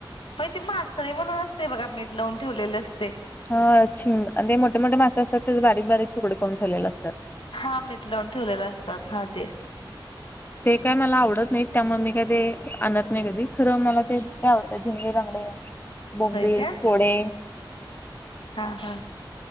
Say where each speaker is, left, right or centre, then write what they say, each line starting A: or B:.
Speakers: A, on the left; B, on the left.
A: होय ते मासळी म्हणून असते बघा मीठ लावून ठेवलेलं असतयं.
B: ह झिंगा आणि मोठे मोठे मासे असतात ते बारीक बारीक तुकडे करून ठेवलेले असतात.
A: हा मिठ लावून ठेवलेले असतात हा ते.
B: ते काय मला आवडत नाहीत त्यामुळे मी का ते आणत नाही कधी खरं मला ते दुसरे आवडतं झंगे बांगडे. बोंबिल
A: होय काय
B: फोडे.
A: हा हा,